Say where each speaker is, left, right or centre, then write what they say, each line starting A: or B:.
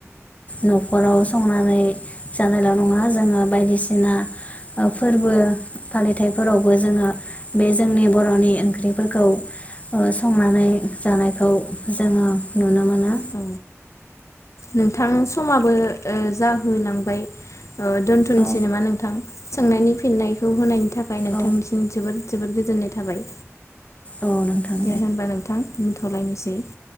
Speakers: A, on the left; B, on the left.
A: न'खराव संनानै जानायल' नङा जोङो बायदिसिना ओफोरबो फालिथायफोरावबो जोङो बे जोंनि बर'नि ओंख्रिफोरखौ ओ संनानै जानायखौ जोङो नुनो मोनो।
B: औ नोंथां समाबो ओ जाहोलांबाय ओ दोनथनोसै
A: औ
B: नामा नोंथां। सोंनायनि फिननायखौ होनायनि थाखाय नोंथांनिसिम
A: औ
B: जोबोद जोबोद गोजोननाय थाबाय।
A: औ नोंथां
B: दे होमबा नोंथां। थलायनोसै।